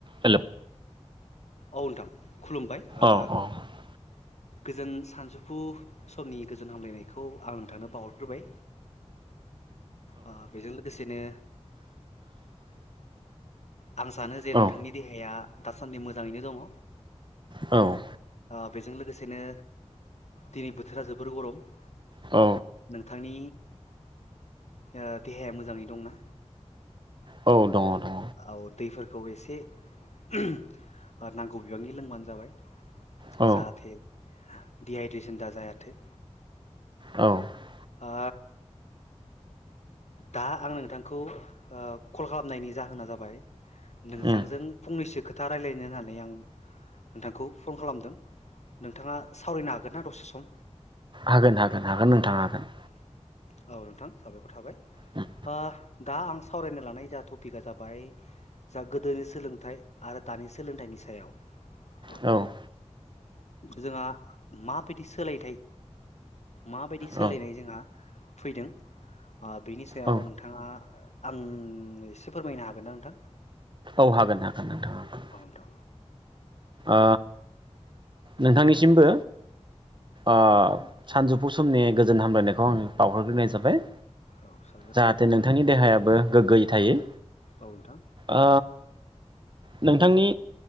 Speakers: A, on the right; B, on the left.
A: हेलौ।
B: औ नोंथां खुलुमबाय ओ
A: औ
B: गोजोन सानजौफु समनि गोजोन हामलायनायखौ आं नोंथांनो बावहरग्रोबाय। ओ बेजों लोगोसेनो आं सानो जे
A: औ
B: नोंथांनि देहाया दासान्दि मोजाङैनो दङ।
A: औ।
B: ओ बेजों लोगोसे बिदिनो दिनै बोथोरा जोबोर गरम ।
A: औ।
B: बिथांनि ओ देहाया मोजाङै दंना?
A: औ दङ दङ
B: औ दैफोरखौ एसे ओ नांगौ बिबांनि लोंबानो जाबाय जाहाथे
A: औ
B: दिहाइद्रेसन दा जायाथो।
A: औ उम
B: आ। दा आं नोंथांखौ ओ कल खालामनायनि जाहोना जाबाय नोंथांजों
A: उम
B: फंनैसो खोथा राय्लायनो होननानै आं नोंथांखौ फन खालामदों नोंथाङा सावरायनो हागोन ना दसे सम?
A: हागोन-हागोन-हागोन नोंथां हागोन।
B: औ नोंथां साबायखर थाबाय
A: उम
B: ओ दा आं सावरायनो लानाय जा टपिकआ जाबाय जा गोदोनि सोलोंथाइ आरो दानि सोलोंथाइनि सायाव
A: औ
B: जोंहा माबायदि सोलायथाइ माबायदि सोलायनाय
A: औ
B: जोंहा फैदों ओ‌ बेनि सायाव
A: औ
B: नोंथांङा आं एसे फोरमायनो हागोन ना नोंथां
A: औ हागोन-हागोन नोंथांङा
B: औ नोंथां
A: ओ नोंथांनिसिमबो ओ सानजौफु समनि गोजोन हामलायनायखौ आं बावहरग्रोनाय जाबाय।
B: औ साबायखर
A: जाहाथे
B: थाबाय
A: नोंथांनि देहाया बो गोग्गोयो थायो।
B: ओं नोंथां।
A: ओ नोंथांनि